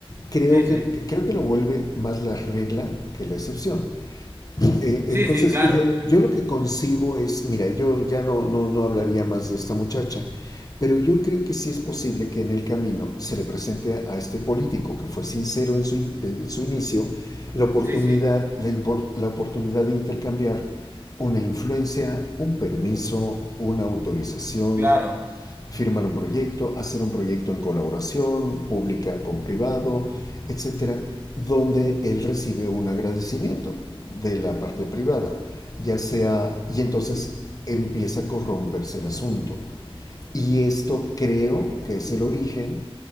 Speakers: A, on the left; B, on the right.
A: Creo
B: sí, sí.
A: que, que- creo que lo vuelve más la regla que la excepción. Eh, entonces,
B: Sí, sí, claro.
A: yo, yo lo que concibo es, mira, yo ya no, no, no hablaría más de esta muchacha, pero yo creo que sí es posible que en el camino se le presente a, a este político que fue sincero en su, in, eh, en su inicio la oportunidad,
B: Sí, sí,
A: la, la oportunidad de intercambiar una influencia, un permiso, una autorización,
B: claro.
A: firmar un proyecto, hacer un proyecto en colaboración pública con privado, etcétera, donde él recibe un agradecimiento de la parte privada, ya sea, y entonces empieza a corromperse el asunto. Y esto creo que es el origen